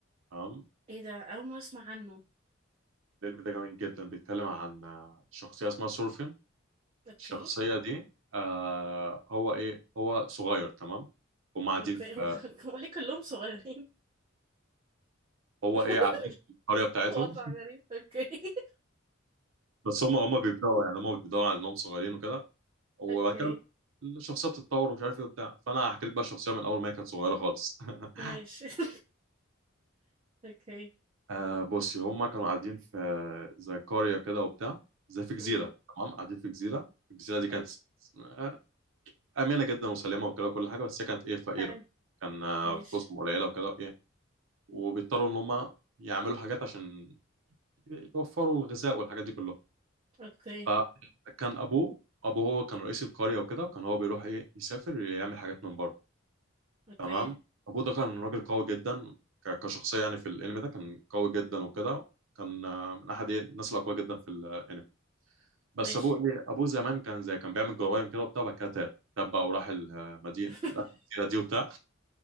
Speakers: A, on the right; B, on the right.
A: تمام
B: ايه ده اول مرة اسمع عنه
A: الفيلم ده جميل جدا بيتكلم عن آه، شخصيه اسمها سورفين
B: اوكي
A: الشخصية دي آه هو ايه هو صغير تمام هم قاعدين
B: اوكي
A: في
B: <laughs> هو ليه كلهم صغيرين
A: هو
B: <laughs>
A: ايه قاعدين في القرية بتاعتهم
B: <laughs> وضع غريب اوكي
A: <laughs> بس هم هم بيبدأوا يعني هم بيبدأوا على انهم صغيرين وكده وبعد
B: اوكي
A: كده الشخصية بتتطور ومش عارف ايه وبتاع فانا هحكي لك بقى الشخصية من اول ما هي كانت صغيرة خالص <laughs>
B: ماشي <laughs> اوكي
A: آه بصي هم كانوا قاعدين في زي قرية كده وبتاع زي في جزيرة
B: امم
A: تمام قاعدين في جزيرة الجزيرة دي كانت
B: حلو
A: آه، آمنة جدا وسليمة وكده وكل حاجة بس هي كانت ايه فقيرة
B: حلو
A: كان آه،
B: ماشي
A: فلوسهم قليلة وكده إيه، وبيضطروا ان هم يعملوا حاجات عشان يوفروا الغذاء والحاجات دي كلها
B: اوكي
A: فكان ابوه ابوه هو كان رئيس القرية وكده وكان هو بيروح ايه يسافر يعمل حاجات من بره
B: اوكي
A: تمام ابوه ده كان راجل قوي جدا ك- كشخصية يعني في الانمي ده كان قوي جدا وكده كان آه، من احد ايه الناس الاقوياء جدا في الانمي بس
B: ماشي
A: ابوه ايه ابوه زمان كان زي كان بيعمل جرايم كده وبتاع بعد كده تاب تاب بقى وراح المدينة
B: <laughs>
A: المدينة دي وبتاع